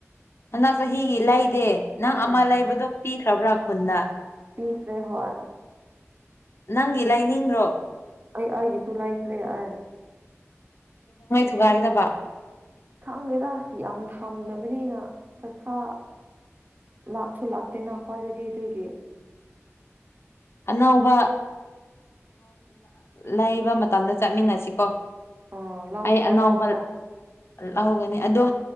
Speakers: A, on the left (about 55°); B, on the right (about 40°).
A: ꯅꯗꯛ ꯆꯍꯤꯒꯤ ꯂꯩꯗꯦ ꯅꯪ ꯑꯃ
B: ꯑꯣ
A: ꯂꯩꯕꯗꯣ ꯄꯤꯈ꯭ꯔꯕ꯭ꯔꯥ ꯈꯨꯟꯗ
B: ꯇꯤꯁꯦ ꯍꯣꯏ
A: ꯅꯪꯒꯤ ꯂꯩꯥꯏꯅꯤꯡ꯭ꯔꯣ
B: ꯑꯩ ꯑꯩꯒꯤꯁꯨ ꯂꯥꯏꯈ꯭ꯔꯦ ꯍꯥꯏ
A: ꯁꯨꯒꯥꯏꯒꯗꯕ
B: ꯈꯪꯗꯦꯗ ꯌꯥꯝ ꯊꯝꯗꯅꯕꯅꯤꯅ ꯄꯩꯁꯥ ꯂꯥꯛꯁꯨ ꯂꯥꯛꯇꯦꯅ ꯈꯣꯏꯗꯗꯤ ꯑꯗꯨꯒꯤ
A: ꯑꯅꯧꯕ ꯂꯩꯕ ꯃꯇꯝꯗ ꯆꯠꯃꯤꯟꯅꯁꯤꯀꯣ
B: ꯑ ꯂꯥꯎꯑꯣꯣ
A: ꯑꯩ ꯑꯅꯧꯕ
B: ꯂꯥꯎꯣ
A: ꯂꯧꯒꯅꯤ ꯑꯗꯣ